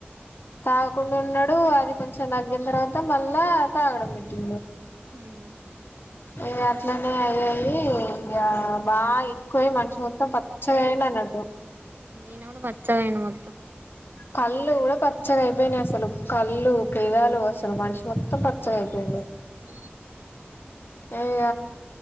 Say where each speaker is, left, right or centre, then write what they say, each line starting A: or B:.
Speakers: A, on the left (about 60°); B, on the right (about 55°).
A: తాగకుండుండడు అది కొంచెం తగ్గిన తర్వాత మళ్ళా తాగడం పెట్టి
B: ఉమ్
A: ఇగ అట్లనే అయ్యి అయి ఇగ బాగా ఎక్కువయి మనిషి మొత్తం పచ్చగాయిండ నద్దు
B: ఇనగుడ పచ్చగయిండు మొ
A: కళ్ళు కూడా పచ్చగ అయిపోయినయి అసలు కళ్ళు పెదాలు అసలు మనిషి మొత్తం పచ్చగ అయిపోయిండు
B: ఉ
A: ఇగ